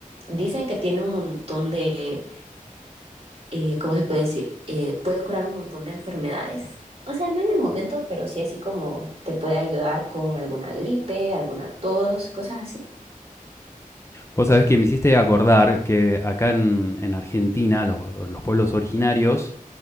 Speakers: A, on the right; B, on the left.
A: dicen que tiene un montón de eh, ¿cómo se puede decir? Eh, puede curar un montón de enfermedades. O sea, no en el momento, pero sí así como te puede ayudar con alguna gripe, alguna tos, cosas así.
B: Vos sabés que me hiciste acordar que acá en, en Argentina los, los pueblos originarios